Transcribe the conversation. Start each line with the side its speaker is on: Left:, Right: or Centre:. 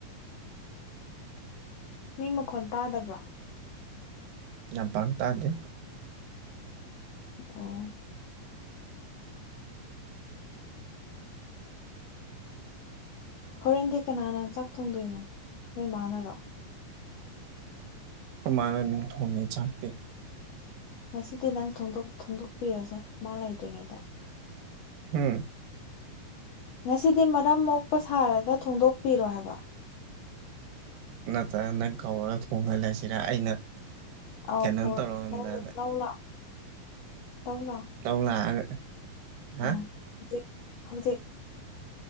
Left: ꯃꯤ ꯃꯈꯣꯟ ꯇꯥꯗꯕ꯭ꯔꯣ
Right: ꯌꯥꯝ ꯄꯥꯡ ꯇꯥꯗꯦ
Left: ꯑꯣ ꯍꯣꯔꯦꯟꯗꯤ ꯀꯅꯥꯅ ꯆꯥꯛ ꯊꯣꯡꯗꯣꯏꯅꯣ ꯅꯣꯏ ꯃꯥꯥꯟꯅꯔꯣ
Right: ꯀꯃꯅ ꯊꯣꯡꯅꯤ ꯆꯥꯇ
Left: ꯉꯁꯤꯗꯤ ꯅꯪ ꯊꯣꯡꯗꯣꯛꯄꯤꯔꯣꯁꯦ ꯃꯥ ꯂꯩꯇ꯭ꯔꯤꯉꯩꯗ
Right: ꯎꯝ
Left: ꯉꯁꯤꯗꯤ ꯃꯔꯝ ꯃꯣꯛꯄ ꯁꯥꯔꯒ ꯊꯣꯡꯗꯣꯛꯄꯤꯔꯣ ꯍꯥꯏꯕ
Right: ꯅꯠꯇ꯭ꯔꯒ ꯅꯪ ꯀꯧꯔꯒ ꯊꯣꯡꯍꯜꯂꯁꯤꯔ ꯑꯩꯅ
Left: ꯑꯥꯎ
Right: ꯀꯩꯅꯣꯝ ꯇꯧꯔꯝꯗꯥꯏꯗ
Left: ꯂꯧ ꯂꯧꯂ ꯂꯧꯔꯥꯛ
Right: ꯂꯧꯧ ꯂꯥꯛꯑꯒ ꯍꯥ
Left: ꯑ ꯍꯧꯖꯤꯛ ꯍꯧꯖꯤꯛ